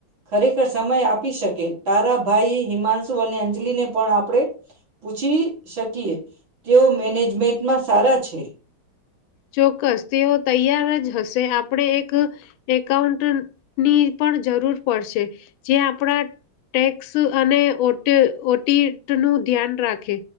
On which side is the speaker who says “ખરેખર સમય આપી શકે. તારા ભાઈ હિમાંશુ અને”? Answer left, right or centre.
Right